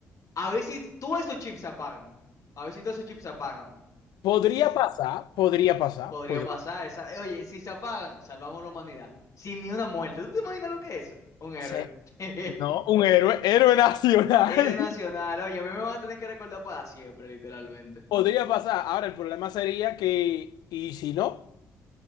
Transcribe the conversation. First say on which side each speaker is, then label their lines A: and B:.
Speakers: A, on the left; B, on the left.
A: a ver si todos esos chips se apagan. A ver si todos esos chips se apagan.
B: Podría
A: Y si
B: pasar, podría pasar,
A: podría
B: podría
A: pasar, esa- oye, si se apagan, salvamos la humanidad. Sin ni una muerte. ¿Tú te imaginas lo que es eso? Un héroe.
B: ser,
A: <laughs>
B: no, un héroe, héroe nacional,
A: Héroe nacional. Oye, a mí me van a tener que recordar para siempre, literalmente.
B: <laughs> podría pasar. Ahora, el problema sería que, y si no,